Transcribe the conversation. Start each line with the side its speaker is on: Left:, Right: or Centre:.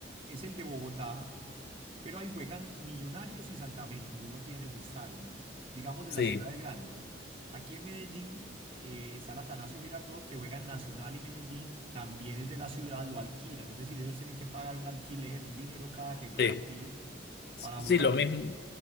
Right: es el de Bogotá, pero ahí juegan Millonarios y Santa Fe, ninguno tiene su estadio, digamos de
Left: Sí,
Right: las ciudades grandes. Aquí en Medellín eh, está el Atanasio Girardot, que juega en Nacional y Medellín, también es de la ciudad, lo alquilan, es decir, ellos tienen que pagar un alquiler, un dinero cada que juegan
Left: sí,
Right: ahí
Left: sí,
Right: para jugar.
Left: lo mismo,